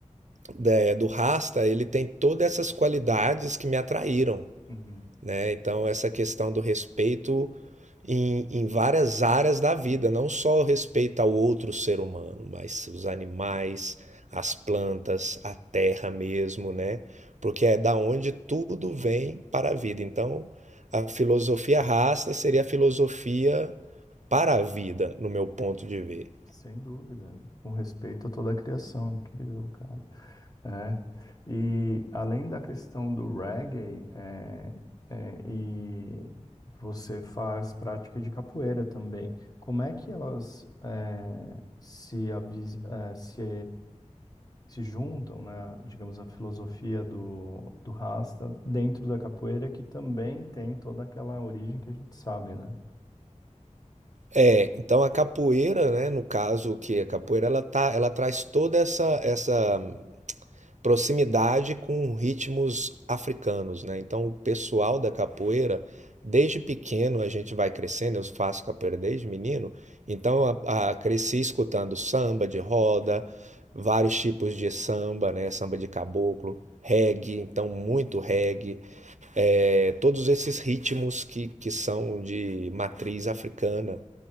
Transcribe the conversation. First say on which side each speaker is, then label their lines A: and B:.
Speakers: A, on the right (about 70°); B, on the left (about 30°).
A: da- do Rasta, ele tem todas essas qualidades que me atraíram,
B: Uhum.
A: né? Então, essa questão do respeito em, em várias áreas da vida, não só o respeito ao outro ser humano, mas os animais, as plantas, a terra mesmo, né? Porque é da onde tudo vem para a vida. Então, a filosofia rasta seria a filosofia para a vida, no meu ponto de ver.
B: Sem dúvida. Com respeito a toda a criação. Incrível, cara. É. E além da questão do reggae, é, é, e você faz prática de capoeira também. Como é que elas é, se, avis- é, se, se juntam, né? Digamos, a filosofia do, do Rasta dentro da capoeira, que também tem toda aquela origem que a gente sabe, né?
A: É, então a capoeira, né, no caso que a capoeira ela tá, ela traz toda essa essa proximidade com ritmos africanos, né? Então, o pessoal da capoeira, desde pequeno a gente vai crescendo, eu faço capoeira desde menino, então a- a- cresci escutando samba de roda, vários tipos de samba, né? Samba de caboclo, reggae, então muito reggae, é, todos esses ritmos que, que são de matriz africana.